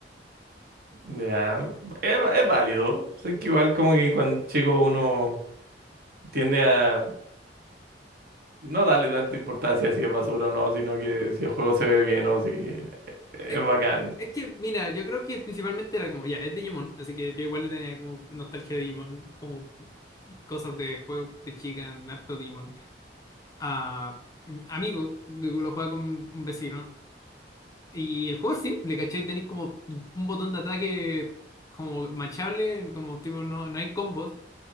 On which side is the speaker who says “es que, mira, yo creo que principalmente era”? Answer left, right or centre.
Left